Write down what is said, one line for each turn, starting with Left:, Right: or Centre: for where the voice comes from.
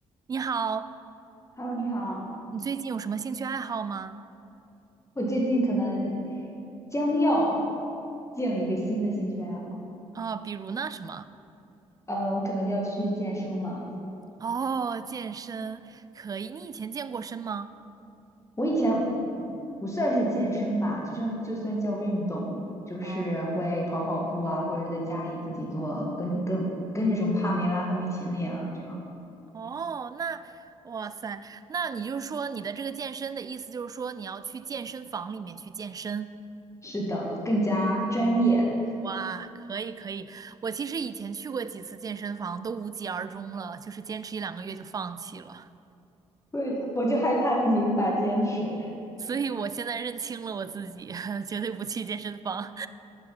Right: 你好，
Left: Hello，你好。
Right: 你最近有什么兴趣爱好吗？
Left: 我最近可能将要建立一个新的兴趣爱好，
Right: 啊，比如呢，什么？
Left: 呃，我可能要去健身了。
Right: 哦，健身可以。你以前健过身吗？
Left: 我以前不算是健身吧，就算就算叫运动，就是会跑跑步啊，
Right: 哦
Left: 或者是在家里自己做，跟跟跟着什么帕梅拉他们一起练啊，这样。
Right: 哦，那哇塞，那你就是说你的这个健身的意思就是说你要去健身房里面去健身？
Left: 是的，更加专业。
Right: 哇，可以可以。我其实以前去过几次健身房，都无疾而终了，就是坚持一两个月就放弃了。
Left: 对，我就害怕自己无法坚持。
Right: 所以我现在认清了我自己，<laughs> 绝对不去健身房。